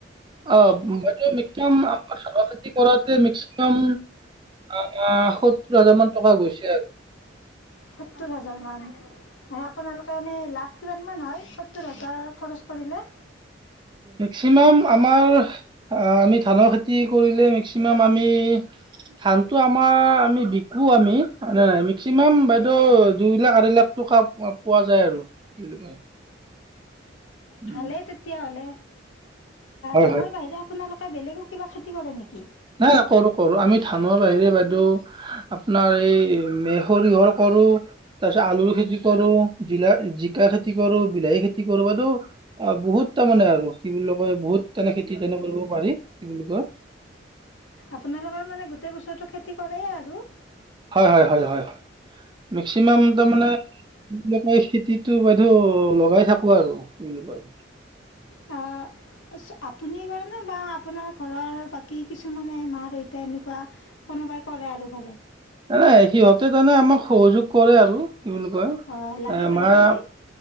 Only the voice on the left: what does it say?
সত্তৰ হাজাৰ মান আপোনালোক তাৰমানে লাভ কিমানমান হয় সত্তৰ হাজাৰ খৰচ কৰিলে?
ভালেই তেতিয়াহ'লে,
ধানৰ
বাহিৰে আপোনালোকে বেলেগো কিবা খেতি কৰে নেকি?
হয়
আপোনালোকৰ মানে গোটেই বছৰটো খেতি কৰেই আৰু।
অঁ। আপুনি কৰে নে বা আপোনাৰ ঘৰৰ বাকী কিছুমানে মা দেউতা এনেকুৱা কোনোবাই কৰে আৰু ঘৰত।
অঁ লাগি
ভাগি দিয়ে